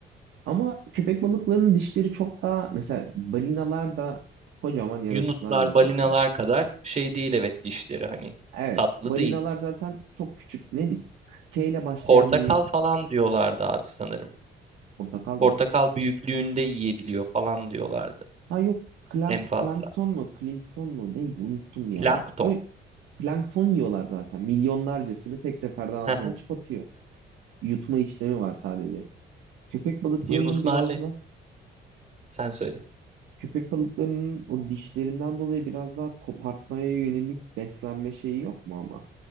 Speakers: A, on the right; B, on the right.
A: Ama köpek balıklarının dişleri çok daha mesela balinalar da kocaman yaratıklar
B: Yunuslar,
A: gerçekten.
B: balinalar kadar şey değil evet dişleri hani
A: Evet.
B: tatlı
A: Balinalar
B: değil.
A: zaten çok küçük. Neydi? K ile başlayan
B: Portakal
A: bir
B: falan diyorlardı abi sanırım.
A: portakal
B: Portakal
A: mı?
B: büyüklüğünde yiyebiliyor falan diyorlardı
A: Ha yok. Klank,
B: en fazla.
A: plankton mu? Klinkton mu? Neydi? Unuttum ya.
B: Plankton.
A: Öyle, plankton yiyorlar zaten. Milyonlarcasını tek seferde ağzından
B: <laughs>
A: açıp atıyor. Yutma işlemi var sadece. Köpek balıklarının
B: Yunuslarla
A: biraz da
B: sen söyle.
A: köpek balıklarının o dişlerinden dolayı biraz daha kopartmaya yönelik beslenme şeyi yok mu ama?